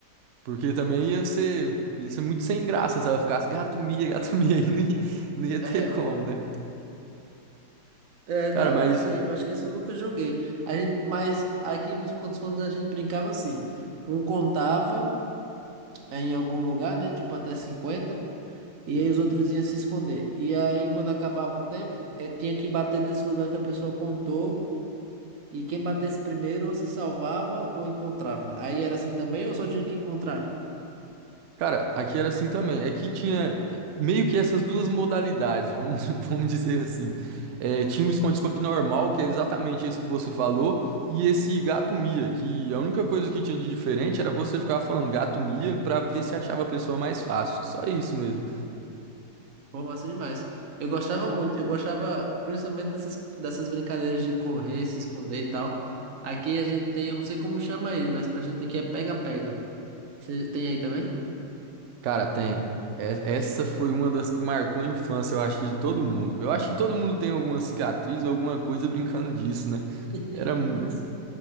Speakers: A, on the right; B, on the right.
A: Porque também ia ser, ia ser muito sem graça se ela ficasse gato mia, gato mia, <laughs> aí não ia, não ia
B: É.
A: ter como, né?
B: É
A: Cara,
B: da
A: mas
B: hora isso aí. Eu acho que isso eu nunca joguei. A gente, mas aqui nos contos quando a gente brincava assim. Um contava em algum lugar, né? Tipo até cinquenta E aí os outros iam se esconder. E aí, quando acabava o tempo, eh, tinha que bater nesse lugar que a pessoa contou. E quem batesse primeiro ou se salvava ou encontrava. Aí era assim também ou só tinha que encontrar?
A: Cara, aqui era assim também. É que tinha eh, meio que essas duas modalidades, vamos, <laughs> vamos dizer assim. Eh, tinha o esconde-esconde normal, que é exatamente esse que você falou, e esse gato mia, que a única coisa que tinha de diferente era você ficar falando gato mia pra ver se achava a pessoa mais fácil. Só isso mesmo.
B: Pô, massa demais. Eu gostava muito, eu gostava principalmente dessas, dessas brincadeiras de correr, se esconder e tal. Aqui a gente tem, eu não sei como chama aí, mas pra gente aqui é pega-pega. Você tem aí também?
A: Cara, tem. É- Essa foi uma das que marcou a infância, eu acho, de todo mundo. Eu acho que todo mundo tem alguma cicatriz ou alguma coisa brincando disso, né? Era,
B: <laughs>
A: mu-